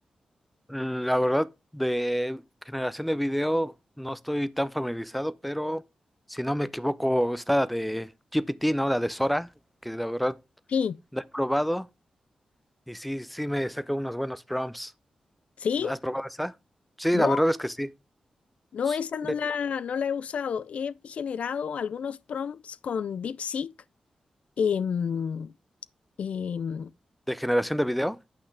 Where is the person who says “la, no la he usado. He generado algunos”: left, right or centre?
Left